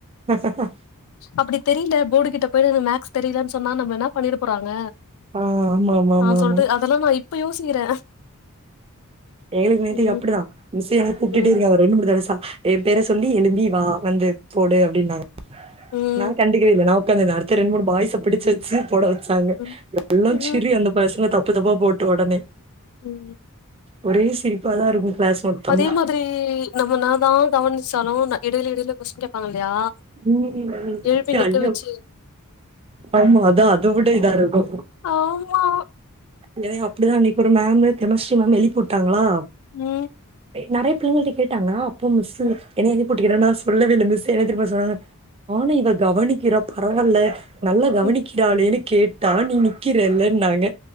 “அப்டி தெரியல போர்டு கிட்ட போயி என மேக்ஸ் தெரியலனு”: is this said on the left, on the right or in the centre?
Left